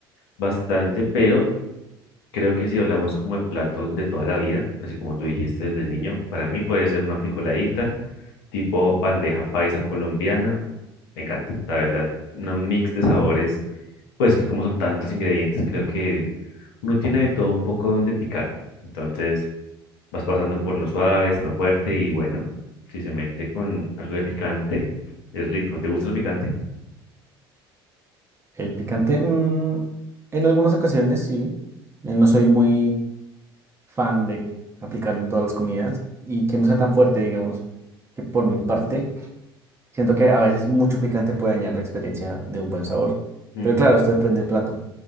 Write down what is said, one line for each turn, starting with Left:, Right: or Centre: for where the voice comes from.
Left: bastante, pero creo que si hablamos como de platos de toda la vida, así como tú dijiste desde niño, para mí puede ser una frijoladita, tipo bandeja paisa colombiana. Me encanta, la verdad, una mix de sabores Pues que como son tantos ingredientes, creo que uno tiene de todo un poco donde picar. Entonces vas pasando por lo suave hasta lo fuerte y bueno, si se mete con algo de picante, es rico. ¿Te gusta el picante?
Right: El picante, mm, en algunas ocasiones sí. Eh, No soy muy fan de aplicarlo en todas las comidas y que no sea tan fuerte, digamos, que por mi parte. Siento que a veces mucho picante puede dañar la experiencia de un buen sabor.
Left: Mm.
Right: Pero claro, esto depende del plato.